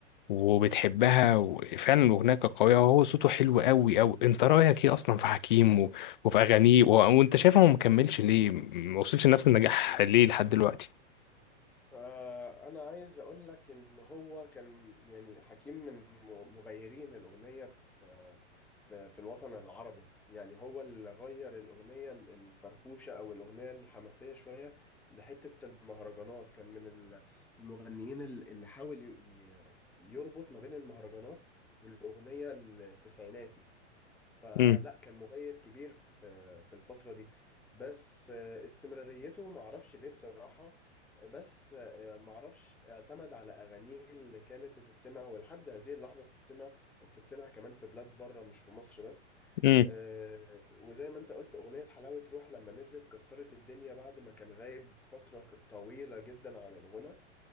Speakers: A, on the left (about 45°); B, in the centre.
A: وبتحبها وفعلا هناك قوية وهو صوته حلو قوي قوي انت رأيك ايه اصلا في حكيم و... وفي اغانيه و... وانت شايف هو مكملش ليه ما وصلش لنفس النجاح ليه لحد دلوقتي
B: آه، انا عايز اقول لك ان هو كان يعني حكيم من م- مغيرين الاغنيه في في في الوطن العربي يعني هو اللي غير الاغنيه ال- الفرفوشه او الاغنيه الحماسيه شويه لحته المهرجانات كان من ال- المغنيين ال- اللي حاول ي- ي- يربط ما بين المهرجانات والاغنيه التسعيناتي فلا
A: امم
B: كان مغير كبير في في الفترة دي بس آه، استمراريته معرفش ليه بصراحة بس آه، معرفش اعتمد على أغانيه اللي كانت بتتسمع ولحد هذه اللحظة بتتسمع وبتتسمع كمان في بلاد بره مش في مصر بس
A: امم
B: آه، وزي ما انت قلت أغنية حلاوة روح لما نزلت كسرت الدنيا بعد ما كان غايب فترة طويلة جدا عن الغنى